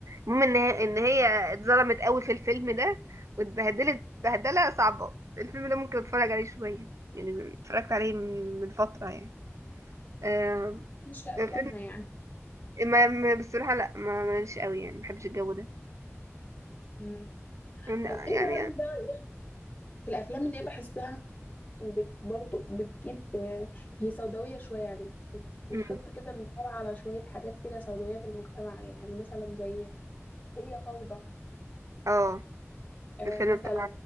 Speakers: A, on the right; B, on the left.
A: المهم ان هي ان هي اتظلمت قوي في الفيلم ده واتبهدلت بهدلة صعبة الفيلم ده ممكن اتفرج عليه شوية يعني اتفرجت عليه من من فترة يعني آم،
B: مش في افلامها
A: فيلم
B: يعني
A: ما ما- بصراحة لا ما ماليش قوي يعني ما بحبش الجو ده
B: مم.
A: لا،
B: طب انت
A: يعني
B: رايك
A: يعني
B: بقى في الافلام اللي هي بحسها بت برضو بتجيب هي سوداوية شوية يعني بت بتحط
A: مم.
B: كده النور على شوية حاجات كده سوداوية في المجتمع يعني مثلا زي هي فوضى
A: اه
B: آه،
A: الفيلم
B: مثلا
A: بتاع